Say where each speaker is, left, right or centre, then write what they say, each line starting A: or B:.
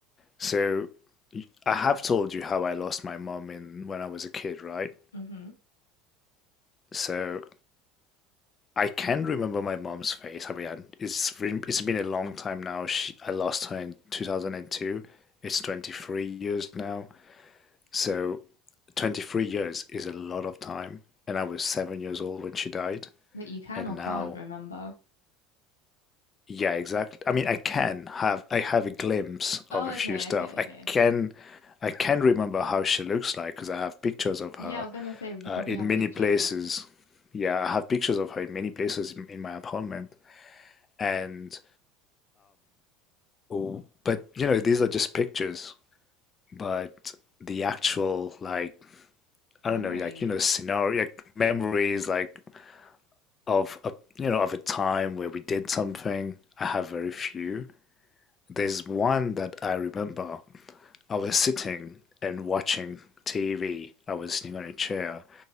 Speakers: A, on the left (about 25°); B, on the left (about 75°).
A: So y- I have told you how I lost my mom in when I was a kid, right?
B: Mm-hmm.
A: So I can remember my mom's face. I mean, I- it's re- it's been a long time now. She, I lost her in 2002. It's 23 years now. So 23 years is a lot of time, and I was seven years old when she died,
B: But you can
A: and
B: or
A: now
B: can't remember.
A: Yeah, exactly. I mean, I can have I have a glimpse
B: Oh,
A: of a
B: okay,
A: few stuff.
B: okay,
A: I
B: okay.
A: can I can remember how she looks like because I have pictures of her
B: Yeah, I was gonna say you
A: uh,
B: probably
A: in
B: have
A: many
B: pictures,
A: places. Yeah, I have pictures of her in many places in, in my apartment. And oh, but you know, these are just pictures. But the actual like I
B: memories.
A: don't know, like you know, scenario, like memories, like of a you know of a time where we did something. I have very few. There's one that I remember I was sitting and watching TV. I was sitting on a chair